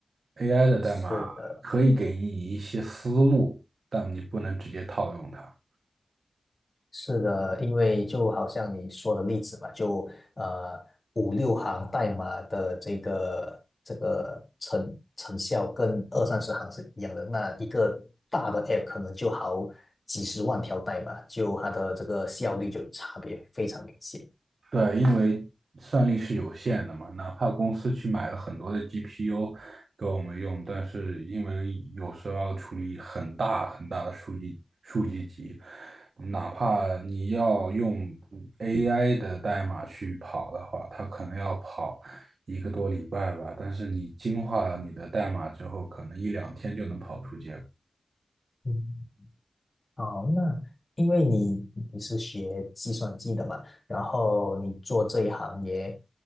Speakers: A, on the right; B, on the left.
A: AI 的代码可以给你一些思路，
B: 是的，
A: 但你不能直接套用它。
B: 是的，因为就好像你说的例子嘛，就呃五六行代码的这个这个成成效跟二三十行是一样的。那一个大的 app 可能就好几十万条代码，就它的这个效率就差别非常明显。
A: 对，因为算力是有限的嘛，哪怕公司去买了很多的 GPU 给我们用，但是因为有时候要处理很大很大的数据数据集，哪怕你要用 AI 的代码去跑的话，它可能要跑一个多礼拜吧，但是你精化了你的代码之后，可能一两天就能跑出结果。
B: 嗯哦，那因为你你是学计算机的嘛，然后你做这一行也